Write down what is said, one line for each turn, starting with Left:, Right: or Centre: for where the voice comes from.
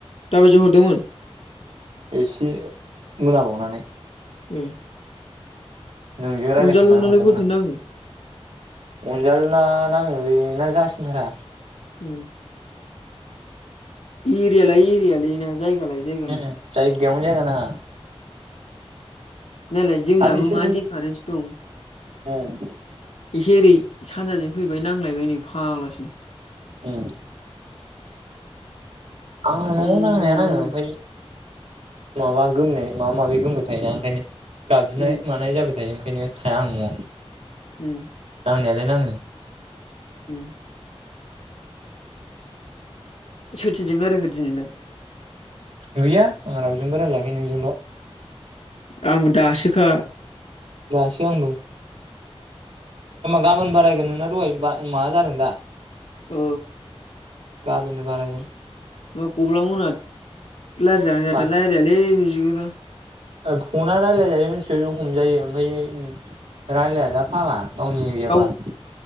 Left: दा बादियाव हरदोंमोन
Right: एसे मोनाबावनानै
Left: ओम
Right: नोंजों रायलायखांनानै
Left: अनजालुना
Right: हरदोंमोन
Left: लाय बोरैथो
Right: आं
Left: नाङो
Right: अनजालुना नाङो बेना जासिनथारा।
Left: औ। <inaudible> एरिया लायै एरियालै ना जायगा लायोै जायगानि
Right: उम जायगायावनो जायगा नाङा।
Left: नालाय जोंनाबो
Right: आरो बिसोरजों
Left: मा दिफारेन्स दं।
Right: उम।
Left: एसे ओरै सानजाजों फैबाय। ब नांलायबाय नै फाग्लासो।
Right: <inaudible> आं न'आव
Left: खन्द'आवनो
Right: नांनाया नाङो ओमफ्राय। माबा गोमनाय माबा माबि गोमबाय थायोना ओंखायनो। गाबज्रिनाय
Left: उम
Right: मानाय जाबाय थायो। बेखायनो थाया आं न'आव।
Left: उम।
Right: नांनायालाय नाङो।
Left: उम। <inaudible> सोरजों रायलायखो दिनै नों?
Right: गैया आं रावजोंबो रायज्लाययाखै नोंजोंल'।
Left: आंबो दासोखा।
Right: दासै आंबो। गाबोन बारायगोन नोंना दहाय माबा जादों दा।
Left: औ
Right: गाबोननो बारायगोन।
Left: <inaudible> <inaudible>
Right: मा फना राय्लाय जायो मिथि हमजायो ओमफ्राय रायलाया जा फाला।
Left: गाव
Right: <inaudible>